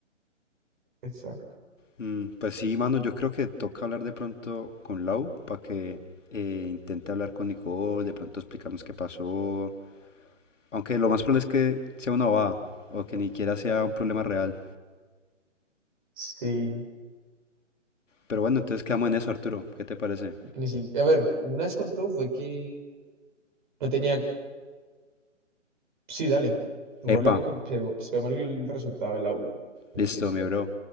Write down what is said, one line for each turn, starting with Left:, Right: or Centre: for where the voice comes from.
Right: exacto.
Left: Mm, pues sí, mano, yo creo que toca hablar de pronto con Lau para que eh, intente hablar con Nicole, de pronto explicarnos qué pasó. Aunque lo más probable es que sea una baba o que ni siquiera sea un problema real.
Right: Sí.
Left: Pero bueno, entonces quedamos en eso, Arturo. ¿Qué te parece?
Right: Ni si- A ver, una vez contó fue que no tenía. Sí, dale. Mejor
Left: Epa,
Right: luego que esperemos el resultado de Laura. que
Left: listo,
Right: Nos dice.
Left: mi bro.